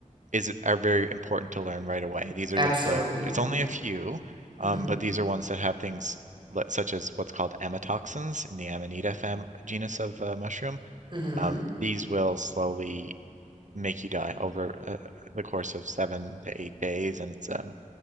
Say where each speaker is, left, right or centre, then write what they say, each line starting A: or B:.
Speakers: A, on the right (about 65°); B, on the right (about 35°).
A: is are very important to learn right away. These are
B: Absolutely.
A: the, the it's only a few,
B: hmm
A: um, but these are ones that have things li- such as what's called amatoxins in the Amanita fam genus of uh, mushroom.
B: hmm
A: Um, these will slowly make you die over uh, the course of seven to eight days, and it's um,